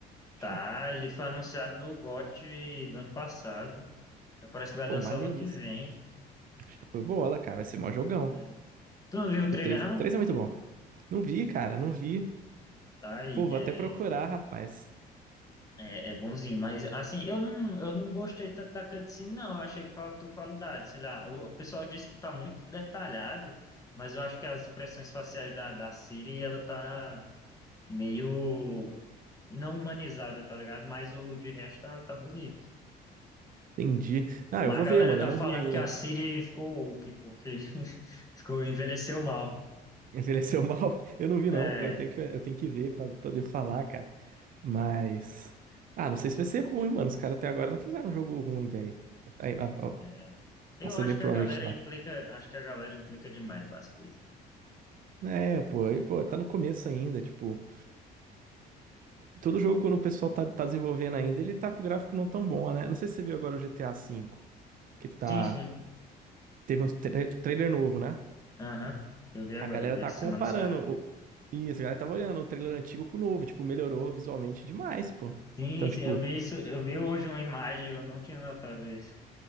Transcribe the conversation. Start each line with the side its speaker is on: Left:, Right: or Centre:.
Left: Tá,
Right: Ixi,
Left: ele foi anunciado no GOT do ano passado. Parece que vai
Right: Pô,
Left: lançar
Right: maneiríssimo.
Left: o ano que vem.
Right: Show de Bola, cara. Vai ser mó jogão.
Left: Não lembro. Tu não viu o
Right: Que
Left: trailer,
Right: O 3,
Left: não?
Right: o 3 é muito bom, cara. Não vi, cara, não vi.
Left: Tá aí,
Right: Pô, vou
Left: é
Right: até procurar, rapaz.
Left: É, é bonzinho, mas assim, eu não, eu não gostei tanto da cutscene, não. Eu achei que faltou qualidade, sei lá. O, o pessoal disse que tá muito detalhado, mas eu acho que as expressões faciais da, da Siri, ela tá meio não humanizada, tá ligado? Mas o de resto tá, tá bonito.
Right: Entendi. Ah,
Left: Mas
Right: eu vou ver,
Left: a galera
Right: mano.
Left: tá
Right: Eu não
Left: falando
Right: vi ainda.
Left: que a Siri ficou woke, porque <laughs> ficou, envelheceu mal.
Right: Envelheceu <laughs> mal? Eu não vi,
Left: É,
Right: não. Pô, eu tenho que, eu tenho que ver pra poder falar, cara. Mas. Ah, não sei se vai ser ruim, mano. Os caras até agora não fizeram um jogo ruim, velho. A, a-
Left: é. Eu
Right: a CD
Left: acho
Right: Projekt
Left: que a galera
Right: lá.
Left: implica, acho que a galera implica demais com as coisas.
Right: É, pô, e, pô, tá no começo ainda, tipo. Todo jogo, quando o pessoal tá, tá desenvolvendo ainda, ele tá com o gráfico não tão bom, né? Não sei se você viu agora o GTA V, que tá.
Left: Sim, sim.
Right: Teve um tra- trailer novo, né?
Left: Aham, Eu vi agora,
Right: A galera
Left: eu vi
Right: tá
Left: essa
Right: comparando.
Left: semana saiu.
Right: O... Isso, a galera tava olhando o trailer antigo com o novo. Tipo, melhorou visualmente demais, pô.
Left: Sim,
Right: Então,
Left: sim,
Right: tipo,
Left: eu vi isso, eu vi hoje uma imagem, eu não tinha notado isso.